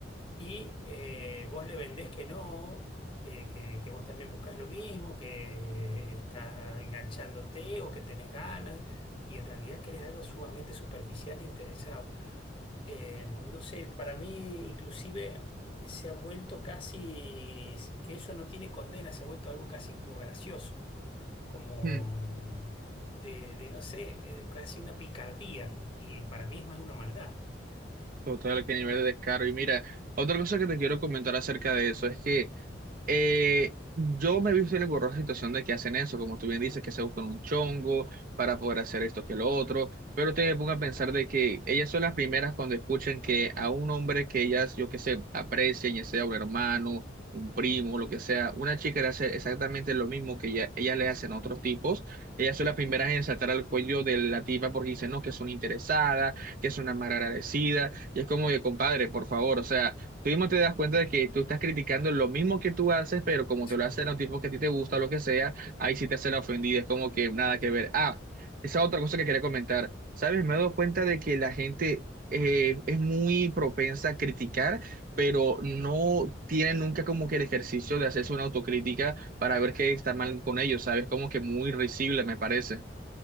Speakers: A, on the left; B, on the right.
A: y eh, vos le vendés que no, que, que- que vos también buscas lo mismo, que estás enganchándote o que tenés ganas, y en realidad que eres algo sumamente superficial e interesado. Eh, no sé, para mí inclusive se ha vuelto casi, que eso no tiene condena, se ha vuelto algo casi como gracioso, como
B: mm.
A: mm, de, de, no sé, eh, casi una picardía, y para mí es más una maldad.
B: Total, qué nivel de descaro. Y mira, otra cosa que te quiero comentar acerca de eso es que Eh, yo me he visto en la engorrosa situación de que hacen eso, como tú bien dices, que se buscan un chongo para poder hacer esto que lo otro, pero te pongo a pensar de que ellas son las primeras cuando escuchan que a un hombre que ellas, yo que sé, aprecian, ya sea un hermano, un primo, lo que sea, una chica le hace exactamente lo mismo que ella, ellas le hacen a otros tipos, ellas son las primeras en saltar al cuello de la tipa porque dicen, no, que es una interesada, que es una mal agradecida, y es como de, compadre, por favor, o sea. Tú mismo te das cuenta de que tú estás criticando lo mismo que tú haces, pero como
A: Sí,
B: te lo hacen a un tipo que a ti te gusta o lo que sea, ahí sí te hace la ofendida, es como que nada que ver. Ah, esa otra cosa que quería comentar. ¿Sabes? Me he dado cuenta de que la gente eh, es muy propensa a criticar, pero no tiene nunca como que el ejercicio de hacerse una autocrítica para
A: claro.
B: ver qué está mal con ellos, ¿sabes? Como que muy risible, me parece.